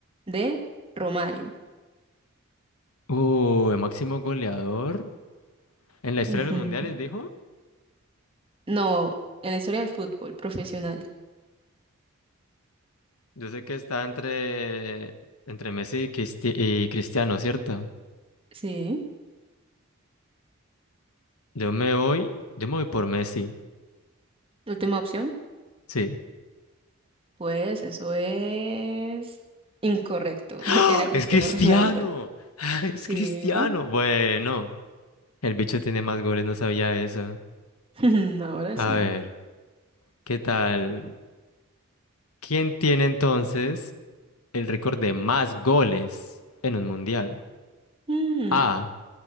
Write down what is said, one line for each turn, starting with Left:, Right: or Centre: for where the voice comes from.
Right: D. Romario.
Left: Uh, el máximo goleador en la historia
Right: Ujú.
Left: de los mundiales, dijo.
Right: No, en la historia del fútbol profesional.
Left: Yo sé que está entre, entre Messi y, Cristi- y Cristiano, ¿cierto?
Right: Sí.
Left: Yo me voy, yo me voy por Messi,
Right: Última opción.
Left: sí.
Right: Pues eso es incorrecto.
Left: ¡Ah!
Right: <laughs> Era Cristiano
Left: ¡Es Cristiano!
Right: Ronaldo.
Left: <laughs> ¡Es
Right: Sí.
Left: Cristiano! Bueno. El bicho tiene más goles, no sabía eso.
Right: <laughs> Ahora
Left: A
Right: sí.
Left: ver, ¿qué tal? ¿Quién tiene entonces el récord de más goles en un mundial?
Right: Mm.
Left: A.